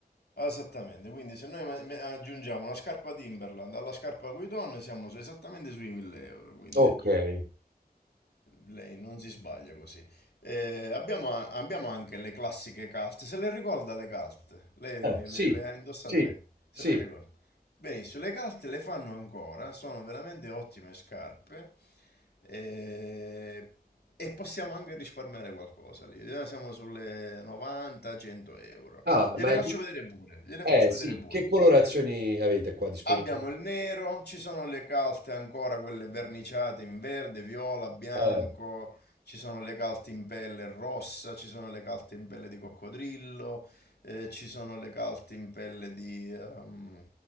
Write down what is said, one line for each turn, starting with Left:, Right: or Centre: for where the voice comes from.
Left: Esattamente, quindi se noi ma- me- aggiungiamo una scarpa Timberland alla scarpa Vuitton siamo su- esattamente sui 1000 euro, quindi
Right: Ok,
Left: eh,
Right: eh
Left: lei non si sbaglia così. Eh, abbiamo, a- abbiamo anche le classiche calte, se le ricorda le calte? Lei
Right: sì,
Left: le, le ha indossate
Right: sì,
Left: le, se
Right: sì.
Left: le ricorda? Benissimo, le calte le fanno ancora, sono veramente ottime scarpe eh, e possiamo anche risparmiare qualcosa lì, Eh, siamo sulle 90-100 euro.
Right: Ah,
Left: Gliele
Right: ma è...
Left: faccio vedere pure, gliele
Right: Eh
Left: faccio
Right: sì,
Left: vedere pure.
Right: che colorazioni avete qua disponibili?
Left: Abbiamo il nero, ci sono le calte ancora, quelle verniciate in verde, viola, bianco,
Right: Eh.
Left: ci sono le calte in pelle rossa, ci sono le calte in pelle di coccodrillo, eh, ci sono le calte in pelle di, ehm,